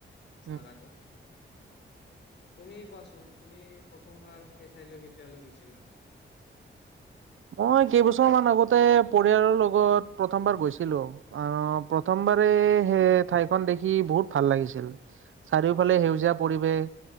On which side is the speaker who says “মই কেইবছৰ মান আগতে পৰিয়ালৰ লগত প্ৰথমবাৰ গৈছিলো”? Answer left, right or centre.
Right